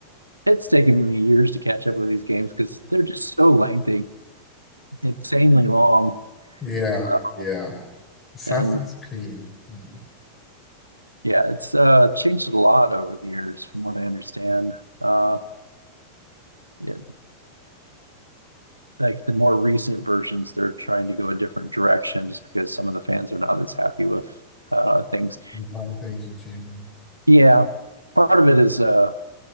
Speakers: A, on the right (about 85°); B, on the left (about 20°).
A: it's taken me years to catch up with these games because they're just so lengthy, insanely long.
B: yeah,
A: So.
B: yeah. Assassin's
A: And
B: Creed. Mm.
A: Yeah, it's uh changed a lot over the years from what I understand. Uh yeah, like the more recent versions, they're trying to go a different direction just because some of the fans are not as happy with uh things.
B: You things are changing.
A: Yeah, part of it is uh